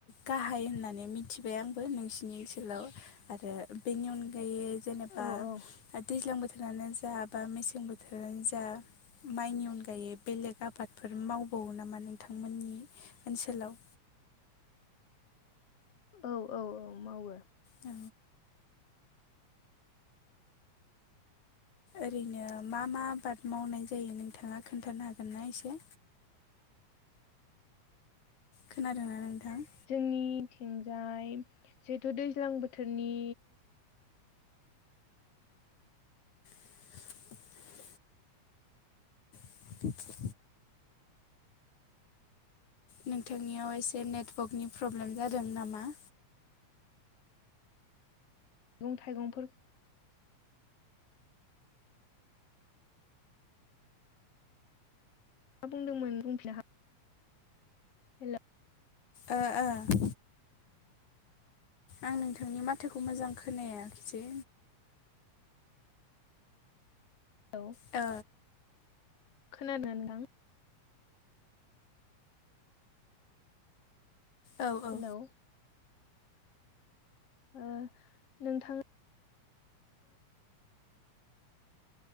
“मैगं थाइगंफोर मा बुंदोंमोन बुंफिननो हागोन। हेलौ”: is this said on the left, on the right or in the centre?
Left